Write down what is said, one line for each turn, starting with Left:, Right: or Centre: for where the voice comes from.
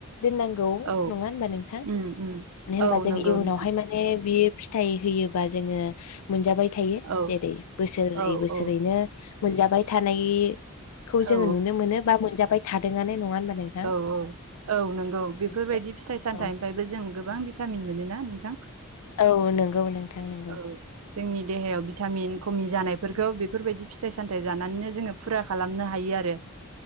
Left: दोननांगौ
Right: औ
Left: नङा होनबा नोंथां मानो
Right: उम उम
Left: होनबा
Right: औ
Left: जों
Right: नंगौ
Left: इयुनावहाय
Right: नोंथां
Left: माने बियो फिथाइ होयोबा जोङो मोनजाबाय थायो
Right: औ
Left: जेरै बोसोरै
Right: औ
Left: बोसोरैनो
Right: औ
Left: मोनजाबाय थानाय खौ
Right: औ
Left: जोङो नुनो मोनो बा मोनजाबाय थादोंआनो नङा होनबा नों
Right: औ औ औ नंगौ बेफोरबायदि
Left: दे
Right: फिथाइ सामथायाइ
Left: औ
Right: ओमफ्रायबो जों गोबां भिटामिन मोनो ना नोंथां
Left: औ नंगौ नोंथां नंगौ
Right: औ जोंनि देहायाव भिटामिन खमि जानायफोरखौ बेफोरबायदि फिथाइ सामथाइ जानानैनो जोङो फुरा खालामनो हायो आरो